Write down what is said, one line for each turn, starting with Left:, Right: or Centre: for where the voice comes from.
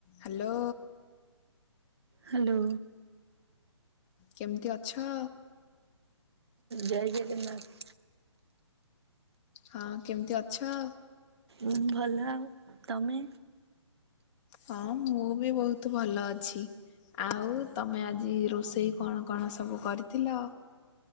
Left: ହାଲୋ
Right: ହାଲୋ
Left: କେମିତି ଅଛ?
Right: ଜୟ ଜଗନ୍ନାଥ।
Left: ହଁ କେମିତି ଅଛ?
Right: ହଁ ଭଲ ଆଉ ତମେ?
Left: ହଁ ମୁଁ ବି ବହୁତ ଭଲ ଅଛି। ଆଉ ତମେ ଆଜି ରୋଷେଇ କଣ କଣ ସବୁ କରିଥିଲ?